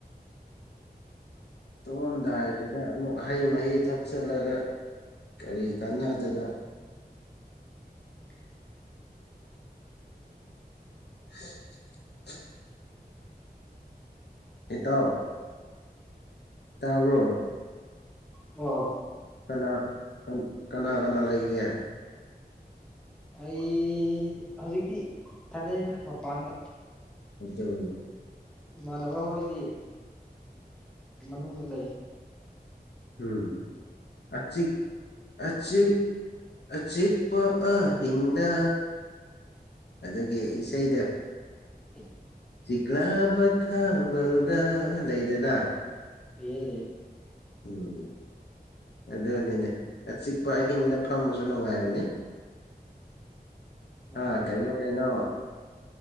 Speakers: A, on the left (about 85°); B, in the centre.
A: ꯇꯨꯝꯂꯝꯗꯥꯏꯁꯤꯗ ꯑꯃꯨꯛ ꯍꯩ ꯃꯍꯤ ꯊꯛꯆꯤꯜꯂꯒ ꯀꯔꯤ ꯀꯥꯟꯅꯗꯨꯏꯅ
B: <inaudible>
A: <unintelligible> ꯏꯇꯥꯎ ꯇꯥꯕ꯭ꯔꯣ
B: ꯑ‌ꯣ
A: ꯀꯅꯥ ꯀꯅꯥ ꯀꯅꯥ ꯂꯩꯒ‌ꯦ
B: ꯑꯩ ꯍꯧꯖꯤꯛꯇꯤ ꯏꯊꯟꯗꯅꯤꯗ ꯃꯄꯥꯟꯗ
A: ꯑꯗꯨꯕꯨꯅ‌ꯦ
B: ꯏꯃꯥꯟꯅꯕ ꯍꯣꯏꯗꯤ ꯃꯅꯨꯡꯗ ꯂꯩ
A: ꯎꯝ ꯑꯆꯤꯛ ꯑꯆꯤꯛ ꯑꯆꯤꯛꯄ ꯑꯍꯤꯡꯗ ꯑꯗꯨꯒꯤ ꯏꯁꯩꯗꯨ
B: <unintelligible>
A: ꯆꯤꯛꯂꯕ ꯊꯥꯕꯜꯗ ꯂꯩꯗꯅ
B: ꯂꯩꯌꯦ ꯂꯩꯌ‌ꯦ
A: ꯎꯝ ꯑꯗꯨꯅꯤꯗ ꯑꯆꯤꯛꯄ ꯑꯍꯤꯡꯗ ꯐꯝꯕꯁꯨ ꯅꯨꯡꯉꯥꯏꯕꯅꯤ
B: ꯃꯥꯅꯦ
A: ꯑ ꯀꯩꯅ‌ꯣ ꯀꯩꯅ‌ꯣ